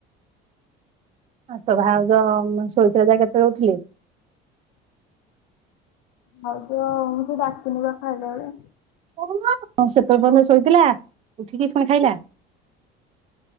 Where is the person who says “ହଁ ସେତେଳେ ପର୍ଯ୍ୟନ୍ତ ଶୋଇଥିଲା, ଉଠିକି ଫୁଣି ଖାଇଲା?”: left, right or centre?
Right